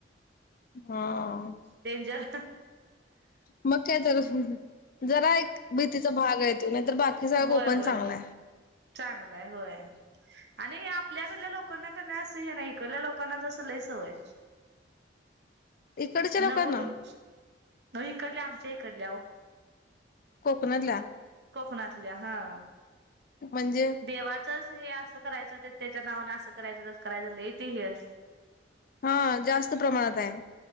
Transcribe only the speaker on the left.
हं
मग का तर, जरा एक भीतीचा भाग आहे तो, बाकी सगळा
कोकण
चांगला आहे
इकडच्या लोकांना
कोकणतल्या
म्हणजे
हा जास्त प्रमाणात आहे.